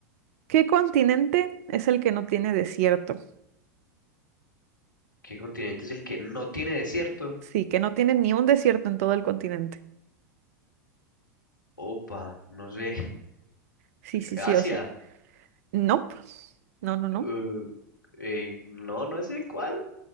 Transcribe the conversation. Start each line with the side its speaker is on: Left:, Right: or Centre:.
Right: ¿Qué continente es el que no tiene desierto?
Left: ¿Qué continente es el que no tiene desierto?
Right: Sí, que no tiene ni un desierto en todo el continente.
Left: Opa, no sé.
Right: Sí,
Left: <laughs>
Right: sí, sí,
Left: Asia.
Right: o sea, nope. No, no, no.
Left: Uh, eh, no, no sé cuál.